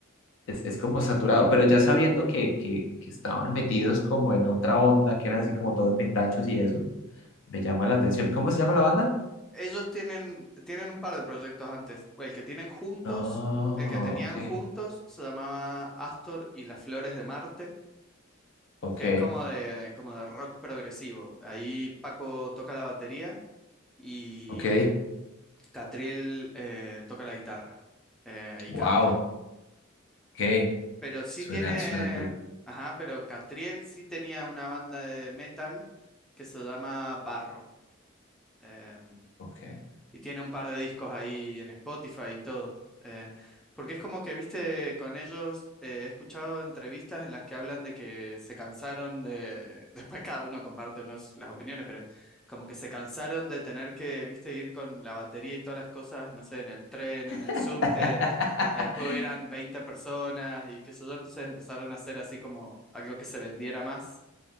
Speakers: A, on the left; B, in the centre.
A: es, es como saturado, pero ya sabiendo que, que, que estaban metidos como en otra onda, que eran así como todos metachos y eso, me llama la atención. ¿Cómo se llama la banda?
B: Ellos tienen, tienen un par de proyectos antes. El que tienen juntos,
A: Ah,
B: el que tenían
A: ok,
B: juntos se llamaba Astor y las Flores de Marte,
A: ok,
B: que es como de, como de rock progresivo. Ahí Paco toca la batería y
A: ok,
B: Catriel eh, toca la guitarra eh, y
A: wow,
B: canta.
A: ok,
B: Pero sí
A: suena,
B: tiene,
A: suena cool,
B: ajá, pero Catriel sí tenía una banda de metal que se llama Barro. em,
A: ok.
B: y tiene un par de discos ahí en Spotify y todo. Eh, porque es como que, viste, con ellos eh, he escuchado entrevistas en las que hablan de que se cansaron de, <laughs> después cada uno comparte unos- las opiniones, pero como que se cansaron de tener que, viste, ir con la batería y todas las cosas, no sé, en el tren, en el
A: <laughs>
B: subte, y que después hubieran 20 personas y qué sé yo, entonces empezaron a hacer así como algo que se vendiera más